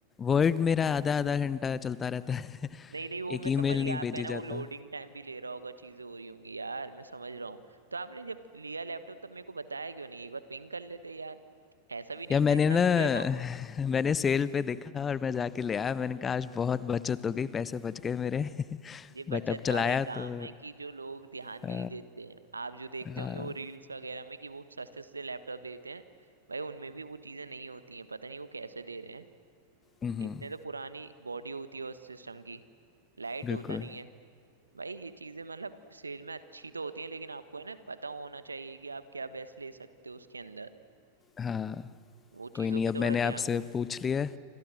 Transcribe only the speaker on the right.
नहीं
नहीं वो
मैं
समझ गया
आपका
है ना वो
लोडिंग टाइम भी ले रहा होगा चीजें हो रही होंगी यार मैं समझ रहा हूँ तो आपने जब लिया लैपटॉप तब मेरे को बताया क्यों नहीं एक बार पिंग कर लेते यार ऐसा भी नहीं
हूँ
मैं इतना
दूर रहता
ये
बचत
वाला ही काम
है कि जो लोग ध्यान
नहीं देते हैं आप जो देखते
होंगे वो रील्स वगैरह में कि वो सस्ते सस्ते लैपटॉप देते हैं भाई उनमें भी वो चीजें नहीं होती हैं पता नहीं वो कैसे दे रहे हैं
इतने तो पुरानी बॉडी होती है उस सिस्टम की लाइट
होता नहीं है भाई ये चीजें मतलब सेल में अच्छी तो होती हैं लेकिन आपको है ना पता होना चाहिए कि आप क्या बेस्ट ले सकते हो उसके अंदर
वो
चीजों
पे
थोड़ा
ध्यान दो